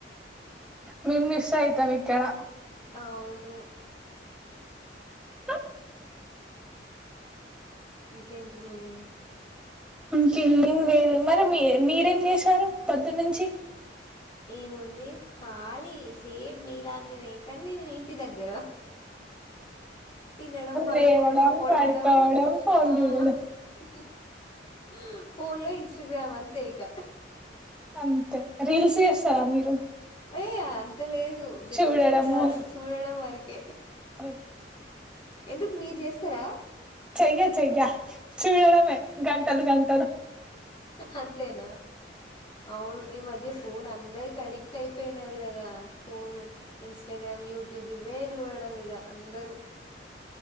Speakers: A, in the centre; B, on the left.
A: మిమ్ మిస్ అయితాం ఇక్కడ
B: అవును
A: హ
B: ఇంకేంటి మరి
A: ఇంకేం లేదు, మరి మీ మీరేం చేశారు పొద్దున్న నుంచి.
B: ఏము ఉంది ఖాలీ సేమ్ మీలాంటిదే కానీ నేను ఇంటి దగ్గర తినడం, పడుకోవడం,
A: లేవడం
B: వండడం
A: పడుకోవడం ఫోన్
B: ఆ
A: చూడడం
B: హు హ ఊళ్ళో ఇస్టగ్రామ్ అంతే ఇక.
A: అంతే రీల్స్ చేస్తారా మీరు.
B: ఏయ అంత లేదు. జస్ట్
A: చూడడము
B: చూ చూడడం వరకు ఎ
A: ఆ
B: ఎందుకు మీరు చేస్తార
A: చెయ్య చెయ్య చూడడమే గంటలు గంటలు
B: అంతేనా అవును ఈ మధ్య ఫోన్ అందరికి అడిక్ట్ అయిపోయినారు కదా. ఫోను, ఇన్స్టాగ్రామ్, యూట్యూబ్ ఇవే చూడడం ఇగ అందరూ.